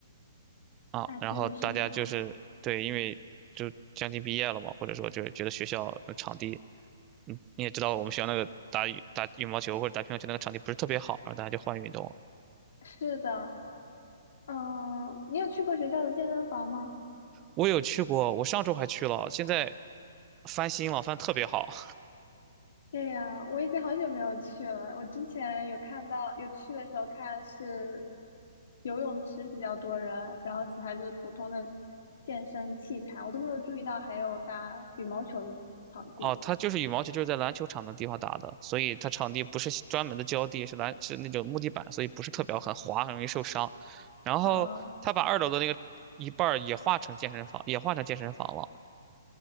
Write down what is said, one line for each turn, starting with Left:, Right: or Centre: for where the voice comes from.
Right: 啊，
Left: 那确实是蛮好。
Right: 然后大家就是对，因为就将近毕业了嘛，或者说就是觉得学校的场地，嗯，你也知道我们学校那个打羽打羽毛球或者打乒乓球那个场地不是特别好，然后大家就换运动了
Left: 是的，嗯，你有去过学校的健身房吗？
Right: 我有去过，我上周还去了，现在翻新了，翻得特别好。
Left: 对呀，我已经好久没有去了。我之前有看到，有去的时候看是游泳池比较多人，然后其他就是普通的健身器材，我都没有注意到还有打羽毛球的场地。
Right: 哦，它就是羽毛球，就是在篮球场的地方打的，所以它场地不是专门的胶地，是篮是那种木地板，所以不是特别好很滑，很容易受伤。然后他把二楼的那个一半儿也划成健身房，
Left: 哦，
Right: 也划成健身房了。